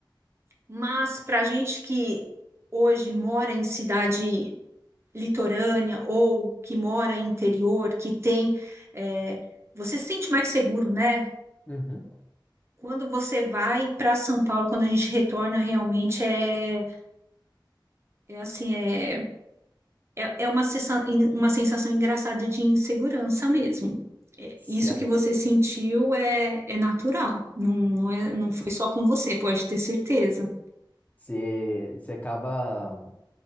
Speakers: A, on the right (about 30°); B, on the left (about 20°).
A: Mas para a gente que hoje mora em cidade litorânea ou que mora em interior, que tem. é, você se sente mais seguro, né?
B: Uhum.
A: Quando você vai para São Paulo, quando a gente retorna, realmente é, é assim, é, é, é uma, sensa- uma sensação engraçada de insegurança mesmo. É,
B: Você,
A: Isso que você sentiu é, é natural, não, não é, não foi só com você, pode ter certeza.
B: você, você acaba,